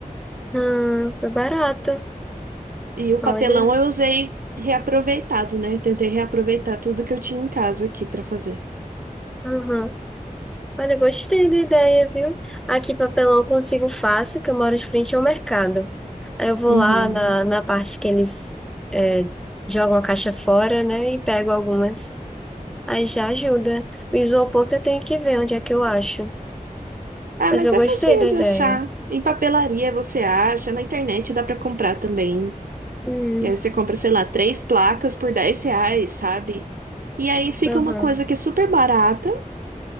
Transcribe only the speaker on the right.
E o
papelão eu usei reaproveitado, né? Tentei reaproveitar tudo que eu tinha em casa aqui para fazer.
Uhum.
Ah,
mas
é
facinho
de achar. Em papelaria você acha, na internet dá para comprar também.
E aí você compra, sei lá, três placas por 10 reais, sabe? E aí fica
uma coisa que é super barata,